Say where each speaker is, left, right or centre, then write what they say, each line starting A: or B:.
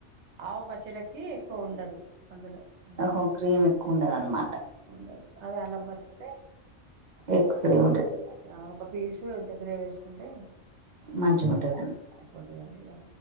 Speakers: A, on the right; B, on the right.
A: ఆవ్ పచ్చడకి ఎక్కువ ఉండదు అందులో మ్
B: ఓహో క్రీమ్ ఎక్కువ ఉండదన్నమాట
A: ఉండదు అదే అల్లం పచ్చడి అయితే
B: ఏక్ ఫ్రీ ఉంటది
A: ఆ ఒక పీసు ఇంత గ్రేవీ వేసుకుంటే
B: మంచిగా ఉంటది అన్
A: పోతది అంటివి గ